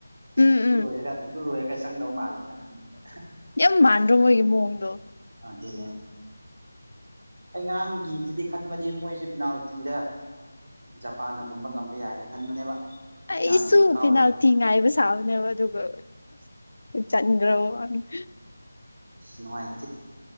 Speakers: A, on the left; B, on the right.
A: ꯎꯝ
B: ꯑꯗꯨ
A: ꯎꯝ
B: ꯂꯣꯏꯔꯒ ꯑꯗꯨ ꯂꯣꯏꯔꯒ ꯆꯪꯗꯧ ꯃꯥꯜꯂꯦꯅ ꯈꯪꯕꯗ
A: ꯌꯥꯝ ꯃꯥꯟꯗꯔꯣ ꯃꯣꯏꯒꯤ ꯃꯑꯣꯡꯗꯣ
B: ꯑꯗꯨꯅꯦ ꯑꯩ ꯉꯔꯥꯡꯒꯤꯗꯨꯗꯤ ꯈꯟꯕꯗꯤ ꯃꯣꯏꯁꯦ ꯄꯦꯅꯥꯜꯇꯤꯗ ꯖꯄꯥꯟꯅꯒꯨꯝꯕ ꯉꯝꯕ ꯌꯥꯏꯅ ꯈꯟꯕꯅꯦꯕ
A: ꯑꯩꯁꯨ
B: ꯄꯦꯅꯥꯜꯇꯤꯒ ꯀꯥꯎꯔꯗꯤ
A: ꯄꯦꯅꯥꯜꯇꯤ ꯉꯥꯏꯕ ꯁꯥꯕꯅꯦꯕ ꯑꯗꯨꯒ ꯆꯟꯈ꯭ꯔꯕ ꯃꯥꯅ ꯍ
B: ꯅꯨꯡꯉꯥꯏ